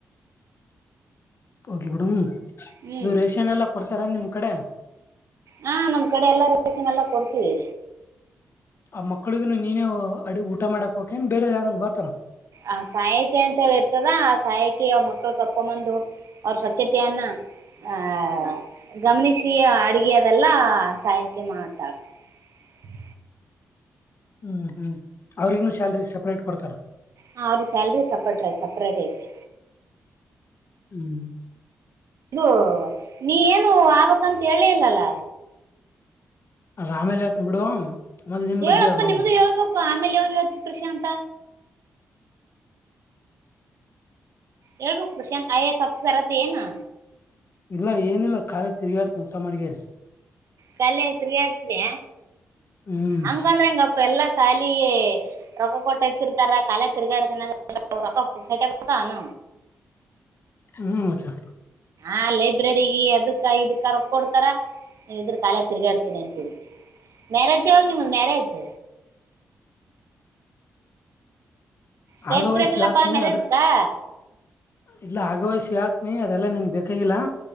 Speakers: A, on the left; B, on the right.
A: ಹೋಗ್ಲಿ ಬಿಡ
B: ಹ್ಮ್
A: ಇದು ರೇಷನ್ ಎಲ್ಲಾ ಕೊಡ್ತಾರ ನಿಮ್ ಕಡೆ
B: ಹಾ ನಮ್ ಕಡೆ ಎಲ್ಲಾ ರೇಷನ್ ಎಲ್ಲಾ ಕೊಡ್ತೀವಿ.
A: ಆ ಮಕ್ಕಳಿಗಿನೂ ನೀನೇ ಅಡಿ ಊಟ ಮಾಡಕ್ಪ ಬೇರೆ ಯಾರು ಬರ್ತಾರ
B: ಆ ಸಹಾಯಕಿ ಅಂತ ಹೇಳಿರ್ತದ ಆ ಸಹಾಯಕಿ ಅವ ಮಕ್ಳ ಕರ್ಕೊಬಂದು ಅವ್ರ ಸ್ವಚ್ಛತೆಯನ್ನ ಆ ಗಮನಿಸಿ ಅಡಗಿ ಅದೆಲ್ಲ ಸಹಾಯಕಿ ಮಾಡ್ತಾಳ ಹ್ಮ
A: ಹ್ಮ್ ಹ್ಮ್ ಅವ್ರಿಗೊಂದ ಸ್ಯಾಲರಿ ಸಪರೇಟ್ ಕೊಡ್ತಾರ
B: ಹ ಅವರಿಗೆ ಸ್ಯಾಲರಿ ಸಪ್ರೇಟ್ ಐ ಸಪರೇಟ್ ಐತೆ
A: ಹ್ಮ್
B: ಇದು ನೀ ಏನು ಆಬಕ್ಂತ ಹೇಳೇ ಇಲ್ಲಲ್ಲ
A: ಅದ ಆಮೇಲೆ ಹೇಳ್ತೀನಿ ಬಿಡು ಮೊದ್ಲ್ ನಿನ್
B: ಹೇಳಪ್ಪ
A: ಬಗ್ಗೆ ಹೇಳ್ ಮೊದ್ಲು
B: ನಿಮ್ದು ಹೇಳ್ಬೇಕು ಆಮೇಲೆ ಯವೋಗಿ ಹೇಳ್ತಿತ್ತು ಪ್ರಶಾಂತ ಹೇಳ್ಬೇಕು Prashanth I A S officer ಆತಿ ಏನೂ
A: ಇಲ್ಲ ಏನಿಲ್ಲ ಕಾಲ ತಿರುಗಾಡ್ತಸ ಕೆಲಸ ಮಾಡಗ್ಯಾರ
B: ಕಲೆ ಐತ್ರಿ ಅಂತಿದ್ಯ
A: ಹ್ಮ್
B: ಹಂಗಂದ್ರ ಹೆಂಗಪ್. ಎಲ್ಲ ಸಾಲಿ ರೊಕ್ಕ ಕೊಟ್ಟ ಹಚ್ಚಿರ್ತಾರ ಕಾಲ್ಯ ತಿರ್ಗಾಡದ <unintelligible> ರೊಕ್ಕ ಪುಗಸಟ್ಟೆ ಬರ್ತವನ.
A: ಹ್ಮ್ ಮತ್ತ.
B: ಆ ಲೈಬ್ರಗ ಅದಕ್ಕ ಇದಕ್ಕ ರೋಕ್ ಕೊಡ್ತಾರ ನೀವ ಇದ್ರ ಕಾಲ್ಯ ತಿರ್ಗಾಡ್ತೀನಿ ಅಂತೀರಿ. ಮ್ಯರೇಜ್ ಯಾವಾಗ್ ನಿಮ್ಧ ಮ್ಯರೇಜ್. ಕರಿತ್ರೇನಿಲಪ್ಪ
A: ಆಗವಯಸ್ಸಿ ಹಾಕ್ನಿ
B: ಮ್ಯರೇಜಕ್ಕಾ.
A: ಅದ್ರ ಇಲ್ಲ ಆಗವಸಿ ಆತ್ನಿ ಅದೆಲ್ಲಾ ನಿನಗ ಬೇಕಾಗಿಲ್ಲಾ.